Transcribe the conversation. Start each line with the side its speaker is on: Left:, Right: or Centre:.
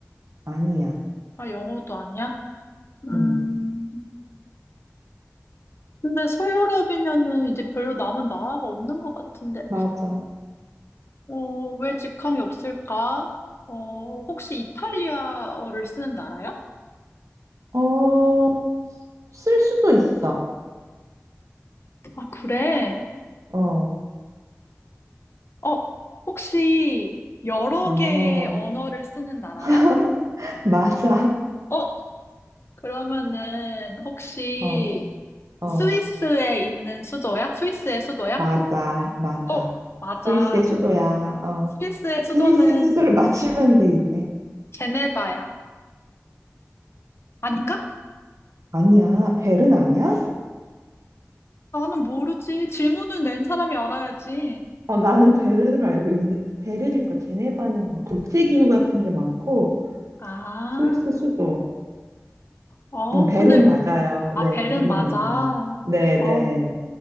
Right: 아니야.
Left: 아, 영어도 아니야? 음,
Right: 응,
Left: 근데 서유럽이면은 이제 별로 남은 나라가 없는 것 같은데,
Right: 맞아.
Left: 어, 왜 직항이 없을까? 어, 혹시 이탈리아어를 쓰는 나라야?
Right: 어, 쓸 수도 있어.
Left: 아, 그래?
Right: 어,
Left: 어, 혹시 여러
Right: 어,
Left: 개의 언어를 쓰는 나라야?
Right: <laughs> 맞아.
Left: 어, 그러면은 혹시
Right: 어, 어,
Left: 스위스에 있는 수도야? 스위스의 수도야?
Right: 맞아, 맞아.
Left: 어, 맞아.
Right: 스위스의 수도야. 어,
Left: 스위스의 수도는
Right: 스위스의 수도를 맞추면 돼 이제.
Left: 제네바야. 아닌가?
Right: 아니야, 베른 아니야?
Left: 나는 모르지. 질문을 낸 사람이 알아야지.
Right: 어, 나는 베른으로 알고 있는데 베른일 거. 제네바는 막 국제기구 같은 게 많고
Left: 아,
Right: 스위스 수도.
Left: 어,
Right: 음, 베른
Left: 근데,
Right: 맞아요.
Left: 아,
Right: 네,
Left: 벨은
Right: 베른이에요.
Left: 맞아. 아,
Right: 네, 네.
Left: 어,